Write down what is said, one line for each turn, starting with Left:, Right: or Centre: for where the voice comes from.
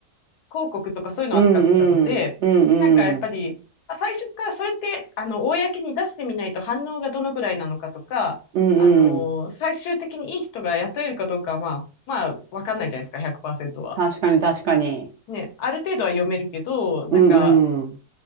Left: 広告とかそういうのを扱ってたので、
Right: うんうん、うんうん、
Left: なんかやっぱり、まあ最初からそれって、あの、公に出してみないと反応がどのくらいなのかとか、
Right: うんうん。
Left: あの最終的にいい人が雇えるかどうかは、まあ、まあ、わかんないじゃないですか、100%は。
Right: 確かに確かに。
Left: ね、ある程度は読めるけど、なんか、
Right: うんうん、